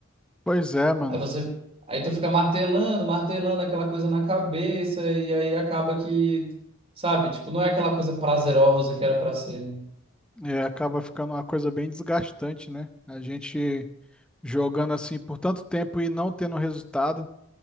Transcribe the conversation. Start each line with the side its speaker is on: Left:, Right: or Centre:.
Centre: Pois é, mano.
Right: Aí você, aí tu fica martelando, martelando aquela coisa na cabeça e aí acaba que, sabe, tipo, não é aquela coisa prazerosa que era para ser, né?
Centre: É, acaba ficando uma coisa bem desgastante, né? A gente jogando assim por tanto tempo e não tendo resultado,